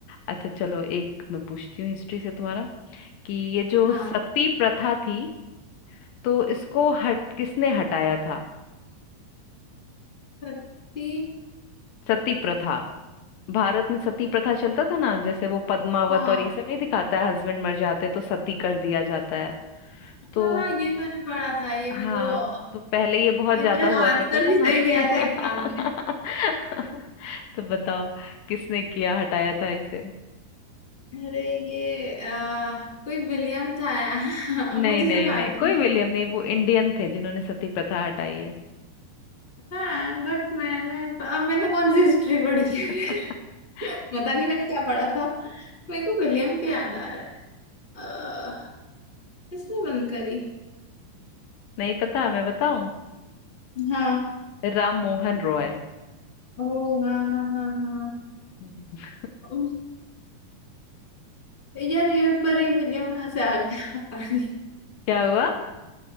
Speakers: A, on the left; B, on the left.
A: अच्छा चलो एक मैं पूछती हूँ हिस्ट्री से तुम्हारा कि ये जो
B: हाँ
A: सती प्रथा थी तो इसको हट किसने हटाया था
B: सत्ती
A: सती प्रथा भारत में सती प्रथा चलता था ना जैसे वो पद्मावत
B: हाँ
A: और ये सब नहीं दिखाता है हस्बैंड मर जाते तो सती कर दिया जाता है तो
B: हाँ हाँ ये मैंने पढ़ा था ये
A: हाँ
B: मेरे को
A: तो पहले ये बहुत
B: ये
A: ज्यादा
B: मेरा
A: हुआ
B: आंसर
A: करता था
B: भी
A: ना
B: सही गया
A: <laughs>
B: था एग्जाम में
A: तो बताओ किसने किया हटाया था इसे
B: अरे ये आ, कोई विलियम था अब
A: नहीं
B: <laughs> मुझे
A: नहीं
B: सिर्फ आगे
A: नहीं
B: था
A: कोई
B: नाम।
A: विलियम नहीं वो इंडियन थे जिन्होंने सती प्रथा हटाई है
B: हाँ बट मैंने अब मैंने कौन सी हिस्ट्री पढ़ी है
A: <laughs>
B: फिर। <laughs> पता नहीं मैंने क्या पढ़ा था मेरे को विलियम का याद आ रहा है अह, किसने बंद करी
A: नहीं पता मैं बताऊं
B: हाँ
A: राम मोहन रॉय
B: ओ हाँ हाँ हाँ
A: <laughs>
B: हाँ यार ये पर ये विलियम कहाँ से आ गया <laughs> पानी
A: क्या हुआ